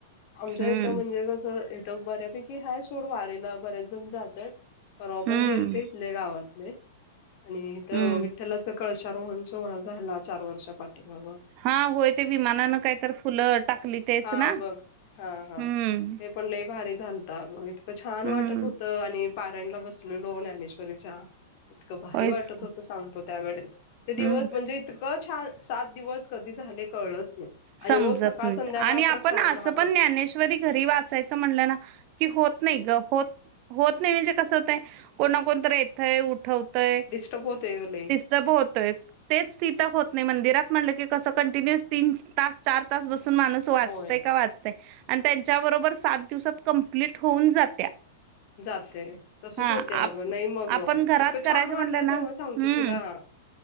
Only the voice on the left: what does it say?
आमच्या
इथं म्हणजे कसं इथं बऱ्यापैकी हा सोड वारेला बर्याच जण जातात परव पण
गेल ते इथले गावातले आणि इथ
विठ्ठला च कळशारोहण सोहळा झाला चार वर्षा पाटेबाबा
हा
बघ हा हा
ते पण लई भारी झालत इतकं छान
वाटत होत आणि पाऱ्यांला बसलेलो ज्ञानेश्वरीच्या इतकं भारी
वाटत
होतं सांगतो त्यावेेळेस ते दिवस
म्हणजे इतकं छान सात दिवस कधी झाले कळस आणि
रोज सकाळ
संध्याकाळ
प्रसाद
महा
डिस्टर्ब होते ग लई
होय
जाते तसच
होते अगं
नाही मग
इतकं
छान वाटलं
तेव्हा सांगतो
तुला